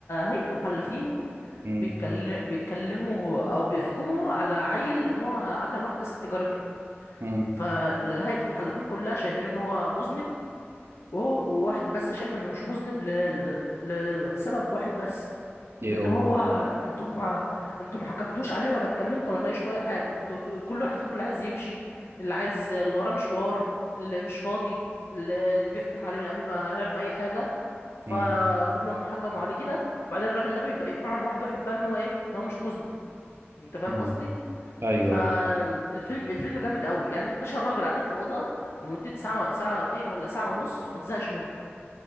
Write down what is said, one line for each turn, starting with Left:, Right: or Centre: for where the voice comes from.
Left: هيئة محلفين
Right: مم.
Left: بيتكلم بيتكلموا او بيحكموا على عيل ان هو قتل واحدة ست جارته
Right: مم.
Left: فهيئة المحلفين كلها شايفين ان هو مذنب وهو- وواحد بس شايف انه مش مذنب ل... ل... لسبب واحد بس
Right: ايه
Left: لان
Right: هو
Left: هو انتوا ما انتوا ما حكمتوش عليه ولا اتكلمتوا ولا ناقشتوا اي حاجه انتوا في... كل واحد فيكم اللي عايز يمشي اللي عايز اللي وراه مشوار اللي مش فاضي اللي, اللي بيحكم عليه من قبل ما يعرف اي حاجه فكلهم
Right: مم.
Left: حكموا عليه كده وبعدين الراجل ده بيبدا يقنعهم واحد واحد بقى ان هو ايه ان هو مش مذنب انت فاهم
Right: مم.
Left: قصدي
Right: ايوه
Left: فالفيلم
Right: ايوه
Left: الفيلم جامد قوي يعني 12 راجل قاعدين في اوضه لمده ساعه ساعتين ولا ساعه ونص ما تزهقش منه